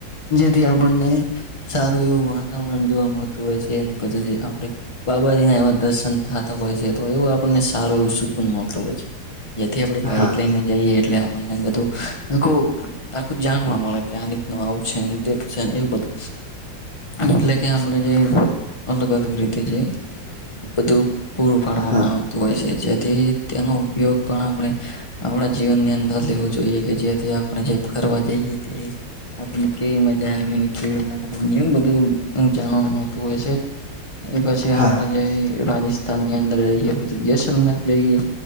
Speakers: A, on the left; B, on the left.
A: જેથી આપણને સારું એવું વાતાવરણ જોવા મળતું હોય છે એની પછી આપણે બાબાજી ના એવા દર્શન થતા હોય છે તો એવું આપણને સારું એવું સુકુન મળતો હોય છે. જેથી આપડ બાઈક
B: હા
A: લઈને જઈએ એટલે આપણને બધું આખું આખું જાણવા મળે કે આ રીતનું આવું છે ને તેવું છેને એવું બધું. એટલે કે આપણે જે અલગ અલગ રીતે જે બધું પૂરું પાડવામાં
B: હા
A: આવતું હોય છે જેથી તેનો ઉપયોગ પણ આપણે. આપણા જીવનની અંદર લેવું જોઈએ કે જેથી આપણે જે કરવા જઈએ તે આપણને કેવી મજા આવેને કેવી ના આવેને એવું બધું જાણવા મળતું હોય છે, એ પછી
B: હા
A: આપડે જે રાજસ્થ વિની અંદર જઈએ પછી જસલર જઈએ,